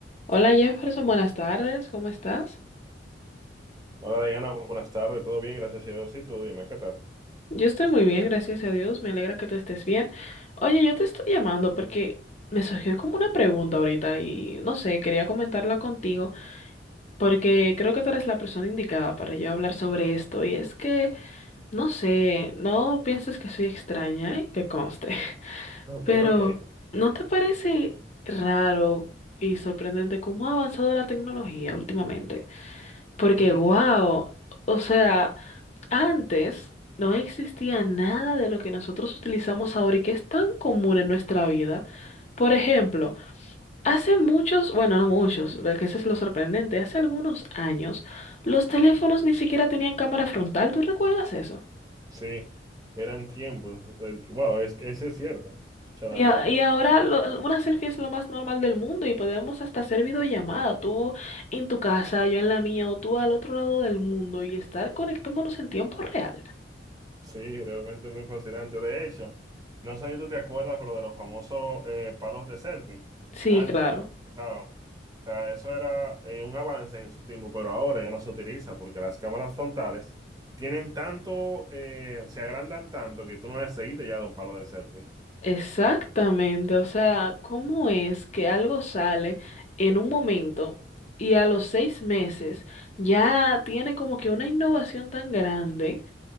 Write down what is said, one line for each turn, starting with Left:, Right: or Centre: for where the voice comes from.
Left: Hola Jefferson, buenas tardes, ¿cómo estás?
Right: Hola Diana, buenas tardes, todo bien, gracias a Dios. Y tú dime, ¿qué tal?
Left: Yo estoy muy bien, gracias a Dios, me alegra que tú estés bien. Oye, yo te estoy llamando porque me surgió como una pregunta ahorita y no sé, quería comentarla contigo porque creo que tú eres la persona indicada para yo hablar sobre esto y es que, no sé, no pienses que soy extraña, ¿eh? Que conste, <laughs>
Right: Ok,
Left: pero
Right: ok.
Left: ¿no te parece raro y sorprendente cómo ha avanzado la tecnología últimamente? Porque,
Right: <laughs>
Left: wow, o sea... Antes no existía nada de lo que nosotros utilizamos ahora y que es tan común en nuestra vida. Por ejemplo, hace muchos, bueno, no muchos, porque eso es lo sorprendente, hace algunos años los teléfonos ni siquiera tenían cámara frontal, ¿tú recuerdas eso?
Right: Sí, eran tiempos. eh, Wow, es, eso es cierto. O sea, nada
Left: Y, a-
Right: más te-
Left: y ahora lo- una selfie es lo más normal del mundo y podemos hasta hacer videollamada, tú en tu casa, yo en la mía o tú al otro lado del mundo y estar conectándonos en tiempo real.
Right: Sí, realmente muy fascinante. De hecho, no sé si tú te acuerdas, pero de los famosos eh, palos de selfie.
Left: Sí,
Right: Antes,
Left: claro.
Right: los utilizaban. O sea, eso era eh, un avance en su tiempo, pero ahora ya no se utiliza porque las cámaras frontales tienen tanto, eh, se agrandan tanto que tú no necesitas ya de un palo de selfie.
Left: Exactamente, o sea, ¿cómo es que algo sale en un momento y a los seis meses ya tiene como que una innovación tan grande